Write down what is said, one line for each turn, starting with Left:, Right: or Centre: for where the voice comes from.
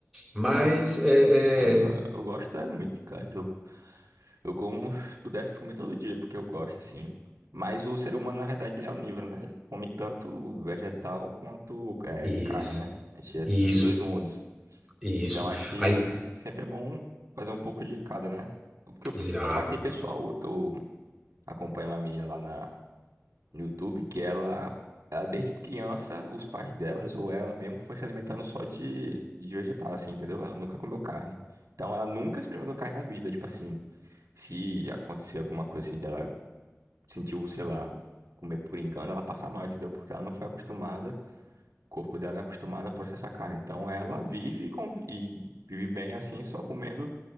Centre: Mas é,
Right: Ah, Eu,
Centre: é,
Right: eu gosto é muito de carne. Eu, eu como <laughs> se pudesse comer todo dia, porque eu gosto, assim. Mas o ser humano, na verdade, ele é onívoro, né? Ele come tanto vegetal quanto é,
Centre: isso,
Right: carne, né? A gente é
Centre: isso,
Right: dos dois mundos.
Centre: isso.
Right: Então acho que
Centre: Aí,
Right: se- sempre é bom fazer um pouco de cada, né? Porque eu-
Centre: exato,
Right: mas tem pessoal, eu acompanho uma menina lá na, no YouTube que ela, ela desde criança, os pais delas ou ela mesmo foi se alimentando só de, de vegetal, assim, entendeu? Ela nunca comeu carne. Então ela nunca experimentou carne na vida, tipo assim, se acontecer alguma coisa assim, de ela sentiu, sei lá, comer por engano, ela passa mal, entendeu? Porque ela não foi acostumada, o corpo dela não é acostumado a processar carne. Então ela vive e convi- e vive bem assim, só comendo